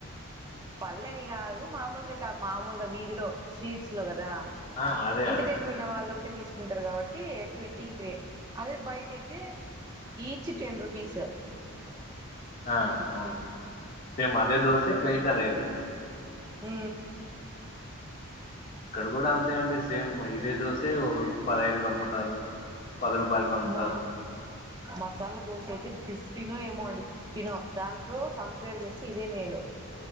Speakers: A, on the right; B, on the left.
A: పల్లె అని కాదు మామూలుగా ఇట్లా మామూలుగా వీధిలో స్ట్రీట్స్ లో కదా
B: ఆ అదే
A: ఇంటి
B: అదే
A: దగ్గర ఉన్న వాళ్ళు ఒకటే తీసుకుంటారు కాబట్టి ట్వంటీకి త్రీ అదే బయట అయితే ఈచ్ టెన్ రూపీస్
B: ఆ అవును సేమ్ అదే దోసే బయట రేటు
A: ఉ
B: ఇక్కడ కూడ అంతే అండి సేమ్ ఇదే దోసే ఒక పదహైదు కి అమ్ముతారు పది రూపాయలకి అమ్ముతారు
A: మా మసాలా దోశ అయితే ఫిఫ్టీనో ఏమో అండి సిక్స్టీనో దాంతో కంపేర్ చేస్తే ఇదే మేలు